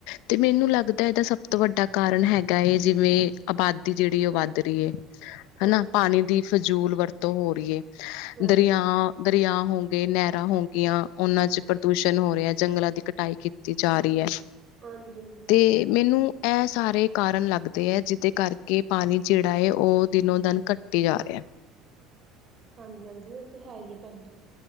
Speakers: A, on the left; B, on the right.
A: ਤੇ ਮੈਨੂੰ ਲੱਗਦਾ ਏਦਾ ਸਭ ਵੱਡਾ ਕਾਰਨ ਹੈਗਾ ਏ, ਜਿਵੇਂ ਆਬਾਦੀ ਜੇੜੀ ਓ ਵੱਧ ਰੀ ਏ।
B: ਹਾਂਜੀ
A: ਹਨਾ ਪਾਣੀ
B: ਹਾਂਜੀ
A: ਦੀ ਫਜੂਲ ਵਰਤੋਂ ਹੋ ਰੀ ਏ।
B: ਹਾਂਜੀ
A: ਦਰਿਆ-
B: ਹਾਂਜੀ।
A: ਦਰਿਆ ਹੋ ਗੇ, ਨੈਰਾਂ ਹੋ ਗੀਆਂ ਓਨਾਂ 'ਚ ਪ੍ਰਦੂਸ਼ਣ ਹੋ ਰਿਆ। ਜੰਗਲਾਂ ਦੀ ਕਟਾਈ ਕੀਤੀ ਜਾ ਰੀ ਐ।
B: ਹਾਂਜੀ ਹਾਂਜੀ
A: ਤੇ ਮੈਨੂੰ ਐ ਸਾਰੇ ਕਾਰਨ ਲੱਗਦੇ ਐ, ਜਿਦੇ ਕਰਕੇ ਪਾਣੀ ਜੇੜਾ ਏ ਓ ਦਿਨੋ ਦਿਨ ਘੱਟੀ ਜਾ ਰਿਆ।
B: ਹਾਂਜੀ ਹਾਂਜੀ ਓ ਤੇ ਹੈ ਈ ਐ ਭੈਣ ਜੀ,